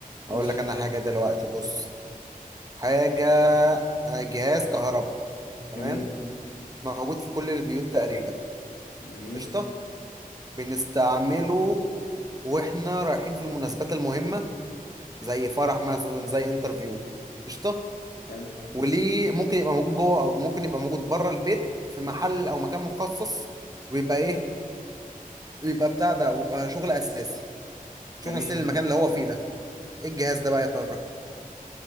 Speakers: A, on the right (about 25°); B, on the left (about 80°).
A: هقول
B: خش
A: لك انا حاجه دلوقتي بص حاجه آه، جهاز كهرباء تمام
B: جميل
A: موجود في كل البيوت تقريبا
B: جميل
A: قشطه بنستعمله واحنا رايحين في المناسبات المهمه زي فرح مثلا زي انترفيو قشطه
B: حلو
A: وليه ممكن يبقى موجود جوه او ممكن يبقى موجود بره البيت في محل او مكان مخصص ويبقى ايه ويبقى بتاع ده ويبقى شغل اساسي شغل
B: جميل
A: اساسي للمكان اللي هو فيه ده ايه الجهاز ده بقى يا ترى